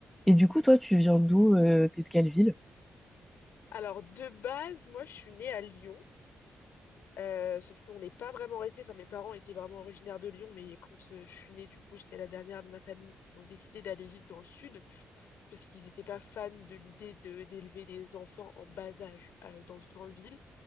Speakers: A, in the centre; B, on the left.
A: Et du coup, toi, tu viens d'où? euh, t'es de quelle ville?
B: Alors, de base, moi, je suis née à Lyon. Euh, sauf qu'on n'est pas vraiment resté. Enfin, mes parents étaient vraiment originaires de Lyon, mais quand euh, je suis née, du coup, j'étais la dernière de ma famille. Ils ont décidé d'aller vivre dans le sud parce qu'ils n'étaient pas fans de l'idée de d'élever des enfants en bas âge euh, dans une grande ville.